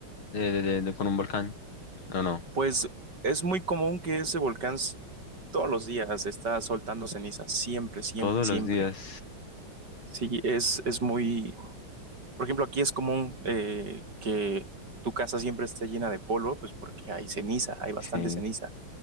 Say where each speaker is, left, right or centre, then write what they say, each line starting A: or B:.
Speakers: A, on the left; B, on the right.
A: De- de- de- de- con un volcán. No, no,
B: Pues es muy común que ese volcán s- todos los días está soltando cenizas, siempre, siempre,
A: todos
B: siempre.
A: los días.
B: Sí, es, es muy, por ejemplo, aquí es común eh, que tu casa siempre esté llena de polvo, pues porque hay ceniza, hay bastante
A: Sí.
B: ceniza.